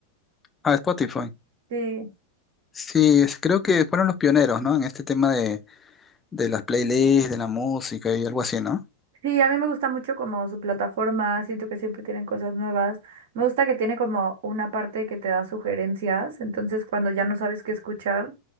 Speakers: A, on the left; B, on the right.
A: Ah, Spotify.
B: Sí,
A: Sí, es- creo que fueron los pioneros, ¿no? En este tema de, de las playlists, de la música y algo así, ¿no?
B: Sí, a mí me gusta mucho como su plataforma, siento que siempre tienen cosas nuevas. Me gusta que tiene como una parte que te da sugerencias, entonces cuando ya no sabes qué escuchar,